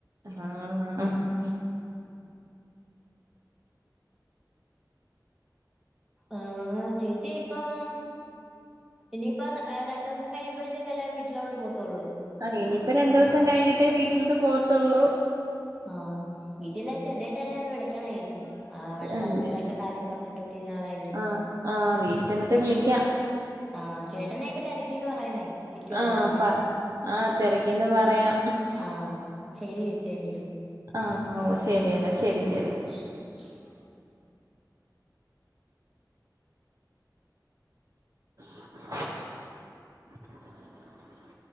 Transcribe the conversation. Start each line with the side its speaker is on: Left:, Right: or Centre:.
Right: ആഹ്
Centre: ആഹ് ചേച്ചിയിപ്പം ഇനിയിപ്പന്ന് ഏഹ് രണ്ടോസം കഴിയുമ്പഴത്തേക്കല്ലേ വീട്ട്ലോട്ട് പോവത്തുള്ളു
Right: ആഹ് ഇനിയിപ്പം രണ്ടോസം കഴിഞ്ഞിട്ടേ വീട്ട്ലോട്ട് പോവത്തുള്ളു
Centre: ആഹ് വീട്ടിലാ ചെന്നേട്ടെന്നെയൊന്ന് വിളിക്കണേച്ചി ആ അവടത്തെ
Right: ആഹ്
Centre: അമ്മേടെക്കെ കാര്യം പറഞ്ഞിട്ട് ഒത്തിരിനാളായി
Right: ആഹ് ആഹ് വീട്ട് ചെന്ന്ട്ട് വിളിക്ക്യാ
Centre: ആഹ് ചേട്ടനെക്കെ തെരക്കീന്ന് പറയണേ വിളിക്കുവാണെങ്കി
Right: ആഹ് പ ആഹ് തെരക്കീന്ന് പറയാം.
Centre: ആഹ് ശരി വെച്ചെങ്കിൽ.
Right: ആഹ് ഓഹ് ശരിയെടാ ശരി ശരി
Centre: <unintelligible>
Right: <unintelligible>